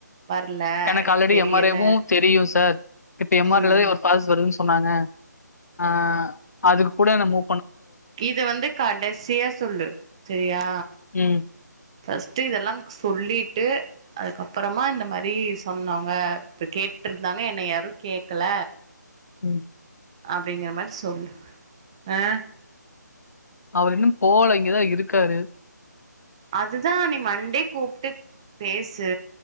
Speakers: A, on the right; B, on the left.
A: வர்ல
B: எனக்கு ஆல்ரெடி
A: தெரியல
B: எம் ஆர் ஐவு தெரியு சார் இப்ப எம்
A: ம்
B: ஆர் ஐலவே ஒரு <unintelligible> வருதுங்க சார் சொன்னாங்க ஆ அதுக் கூட நம்மோ
A: இத வந்து கடைசியா சொல்லு செரியா
B: ம்,
A: ஃபஸ்ட்டு இதெல்லா சொல்லிட்டு அதுக்கப்பறமா இந்த மாரி சொன்னாங்க இப்ப கேட்டிருந்தாங்க என்னைய யாரு கேக்கல
B: ம்
A: அப்டிங்கற மாரி சொல்லு ஆ
B: அவரு இன்னு போல இங்கதா இருக்காரு
A: அதுதா நீ மண்டே கூப்ட்டு பேசு